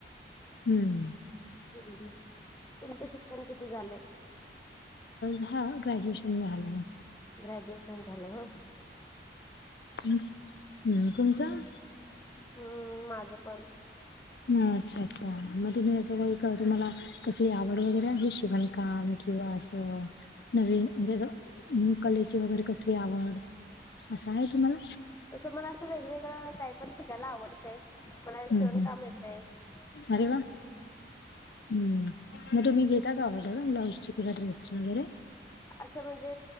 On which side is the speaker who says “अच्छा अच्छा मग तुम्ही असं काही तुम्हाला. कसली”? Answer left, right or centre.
Left